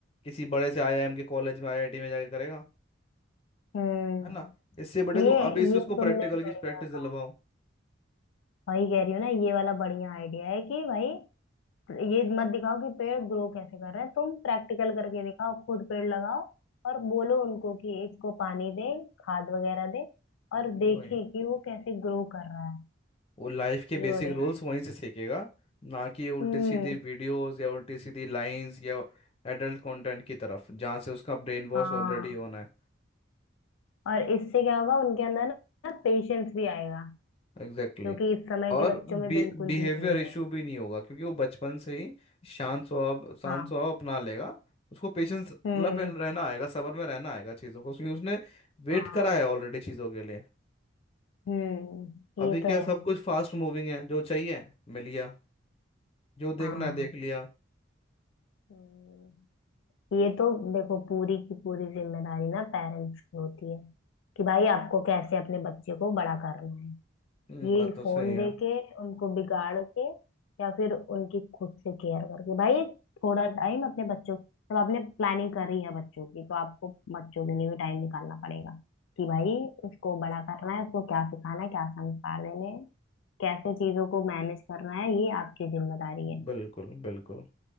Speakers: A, on the left; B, on the left.
A: किसी बड़े से आईआईएम के कॉलेज में आईआईटी में जाके करेगा
B: हम्म
A: है ना इससे बड़े तुम
B: ये
A: अभी से
B: ये
A: उसको
B: तुमने
A: प्रैक्टिकल
B: बढ़िया
A: की प्रैक्टिस दिलवाओ
B: कहा वही कह रही हूँ ना ये वाला बढ़िया आइडिया है कि भाई ये मत दिखाओ कि पेड़ ग्रो कैसे कर रहा है तुम प्रैक्टिकल करके दिखाओ खुद पेड़ लगाओ और बोलो उनको कि इसको पानी दे खाद वगैरह दे और देखे
A: वही
B: कि वो कैसे ग्रो कर रहा है
A: वो लाइफ के बेसिक
B: ये बढ़िया
A: रूल्स
B: है
A: वहीं से सीखेगा ना कि उल्टे
B: हम्म
A: सीधे वीडियोस या उल्टी सीधी लाइंस या एडल्ट कंटेंट की तरफ जहाँ से उसका ब्रेन वॉश
B: हाँ
A: ऑलरेडी होना है
B: और इससे क्या होगा उनके अंदर ना पेशेंस भी आएगा
A: Exactly
B: जो
A: exactly.
B: कि इस समय
A: और
B: के बच्चों
A: बिहेवियर
B: में बिल्कुल भी नहीं
A: इशू
B: है
A: भी नहीं होगा क्योंकि वो बचपन से ही शांत स्वभाव शांत
B: हाँ
A: स्वभाव अपना लेगा उसको पेशेंस मतलब
B: हम्म
A: पे- रहना आएगा सबर में रहना आएगा चीज़ों को क्योंकि उसने वेट
B: हाँ
A: करा है ऑलरेडी चीज़ों के लिए
B: हम्म
A: अभी
B: ये
A: क्या
B: तो है
A: सब कुछ फास्ट मूविंग है जो चाहिए मिल गया जो देखना
B: हाँ
A: है देख लिया
B: हम्म ये तो देखो पूरी की पूरी जिम्मेदारी ना पेरेंट्स की होती है कि भाई आपको कैसे अपने बच्चे को बड़ा करना है
A: हम्म
B: ये
A: बात तो
B: फोन
A: सही है
B: दे के उनको बिगाड़ के या फिर उनकी खुद से केयर करके भाई थोड़ा टाइम अपने बच्चों जब आपने प्लानिंग करी है बच्चों की तो आपको बच्चों के लिए भी टाइम निकालना पड़ेगा कि भाई उसको बड़ा करना है उसको क्या सिखाना है क्या संस्कार देने हैं कैसे चीजों को मैनेज करना है ये आपकी जिम्मेदारी है
A: बिल्कुल बिल्कुल